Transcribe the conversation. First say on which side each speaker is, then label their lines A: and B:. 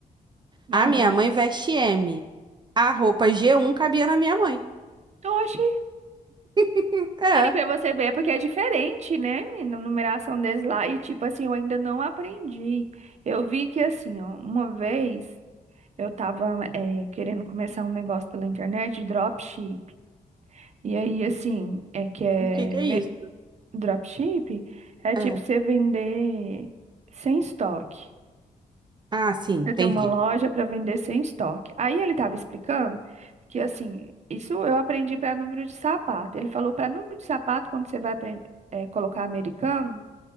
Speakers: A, on the right; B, on the right.
A: aham.
B: A minha mãe veste M. A roupa g um cabia na minha mãe.
A: Oxi,
B: Hum, É.
A: Aí pra você ver, é porque é diferente, né, menina? A numeração deles lá. E tipo assim, eu ainda não aprendi. Eu vi que assim, ó, uma vez eu tava é, querendo começar um negócio pela internet de dropship. E aí, assim, é que é
B: O que que é
A: ven-
B: isso?
A: dropship é
B: É.
A: tipo você vender sem estoque.
B: Ah, sim, entendi.
A: Eu tenho uma loja para vender sem estoque. Aí ele estava explicando que assim, isso eu aprendi para número de sapato. Ele falou para número de sapato quando você vai aprender. colocar americano,